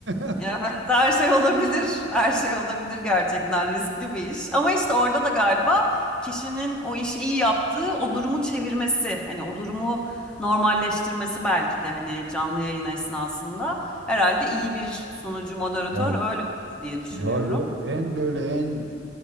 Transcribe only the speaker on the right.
<laughs>
Ya
Ya yok en böyle en